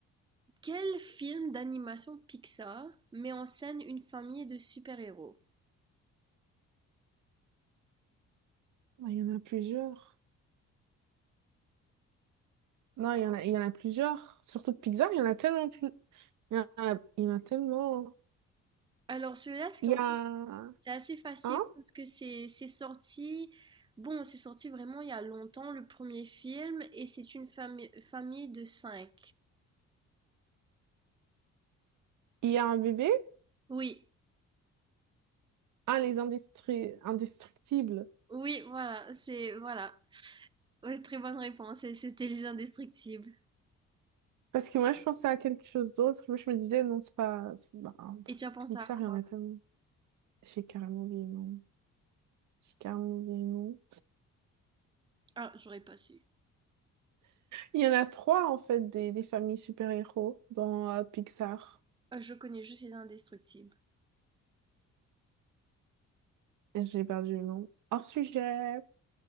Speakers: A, on the right; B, on the right.
A: quel film d'animation Pixar met en scène une famille de super-héros?
B: Il y en a plusieurs. Non, il y en a, il y en a plusieurs. Surtout de Pixar, il y en a tellement plus. Il y en a, il y en a tellement.
A: Alors celui-là, c'est quand
B: Il y
A: même-
B: a
A: c'est assez facile
B: un,
A: parce que c'est c'est sorti, bon, c'est sorti vraiment il y a longtemps, le premier film, et c'est une fami- famille de cinq.
B: il y a un bébé,
A: Oui,
B: un, les industries indestructibles.
A: oui, voilà, c'est, voilà. Ouais, très bonne réponse, et c'était Les Indestructibles.
B: Parce que moi, je pensais à quelque chose d'autre. Moi, je me disais, non, c'est pas. C'est bah,
A: Et
B: pff,
A: tu as
B: c'est
A: pensé
B: Pixar,
A: à quoi?
B: il y en a tellement. J'ai carrément oublié le nom. J'ai carrément oublié le nom.
A: Ah, j'aurais pas su.
B: Il y en a trois, en fait, des, des familles super-héros dans euh, Pixar.
A: Euh, je connais juste Les Indestructibles.
B: J'ai perdu le nom. Hors sujet.